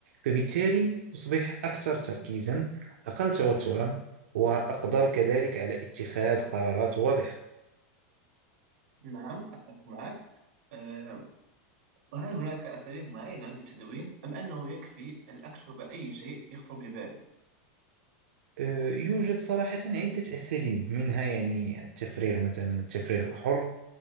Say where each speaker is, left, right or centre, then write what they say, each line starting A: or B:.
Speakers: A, on the right; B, on the right.
A: فبالتالي تصبح أكثر تركيزا أقل توترا وأقدر كذلك على اتخاذ قرارات واضحة
B: نعم أتفق معك أه وهل هناك أساليب معينة للتدوين أم أنه يكفي أن أكتب أي شيء يخطر ببالي؟
A: أه، يوجد صراحة عدة أساليب منها يعني التفريغ مثلا التفريغ الحر